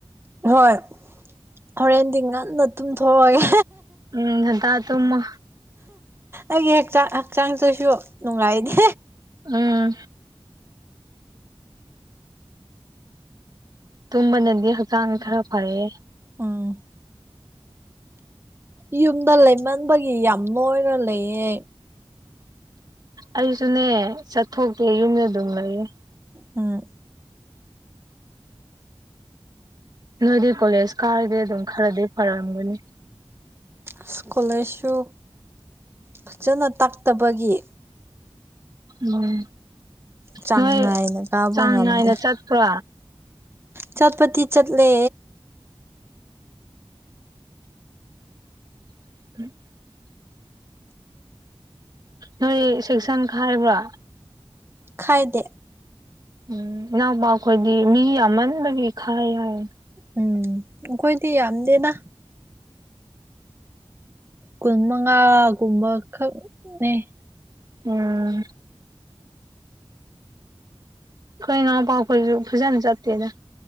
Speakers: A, on the right (about 25°); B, on the right (about 45°).
A: ꯍꯣꯏ ꯍꯣꯔꯦꯟꯗꯤ ꯉꯟꯅ ꯇꯨꯝꯊꯣꯛꯑꯒꯦ
B: ꯎꯝ ꯉꯟꯇꯥ ꯇꯨꯝꯃꯣ
A: ꯑꯩꯒꯤ ꯍꯛꯆꯥꯡ ꯍꯛꯆꯥꯡꯁꯨꯁꯨ ꯅꯨꯡꯉꯥꯏꯗꯦ
B: ꯎꯝ ꯇꯨꯝꯕꯅꯗꯤ ꯍꯛꯆꯥꯡ ꯈꯔ ꯐꯩꯌꯦ
A: ꯎꯝ ꯌꯨꯝꯗ ꯂꯩꯃꯟꯕꯒꯤ ꯌꯥꯝ ꯅꯣꯏꯔꯥ ꯂꯩꯌꯦ
B: ꯑꯩꯁꯨꯅꯦ ꯆꯠꯊꯣꯛꯇꯦ ꯌꯨꯝꯗ ꯑꯗꯨꯝ ꯂꯩꯌꯦ
A: ꯎꯝ
B: ꯅꯣꯏꯗꯤ ꯀꯣꯂꯦꯖ ꯀꯥꯔꯗꯤ ꯑꯗꯨꯝ ꯈꯔꯗꯤ ꯐꯔꯝꯒꯅꯤ
A: ꯑꯁ ꯀꯣꯂꯦꯖꯁꯨ ꯐꯖꯅ ꯇꯥꯛꯇꯕꯒꯤ
B: ꯎꯝ
A: ꯆꯥꯡ
B: ꯅꯣꯏ
A: ꯅꯥꯏꯅ ꯀꯥꯕ
B: ꯆꯥꯡꯅꯥꯏꯅ
A: ꯉꯝꯗꯦ
B: ꯆꯠꯄ꯭ꯔꯣ
A: ꯆꯠꯄꯗꯤ ꯆꯠꯂꯦ
B: <inaudible> ꯅꯣꯏ ꯁꯦꯛꯁꯟ ꯈꯥꯏꯕ꯭ꯔꯥ
A: ꯈꯥꯏꯗꯦ
B: ꯎꯝ ꯏꯅꯥꯎꯄꯥ ꯈꯣꯏꯗꯤ ꯃꯤ ꯌꯥꯝꯃꯟꯕꯒꯤ ꯈꯥꯏ ꯍꯥꯏ
A: ꯎꯝ ꯑꯩꯈꯣꯏꯗꯤ ꯌꯥꯝꯗꯦꯗ ꯀꯨꯟ ꯃꯉꯥꯒꯨꯝꯕ ꯈꯛꯅꯦ
B: ꯎꯝ ꯈꯣꯏ ꯅꯎꯄ ꯈꯣꯢꯁꯨ ꯐꯖꯥꯟ ꯆꯠꯇꯦꯗ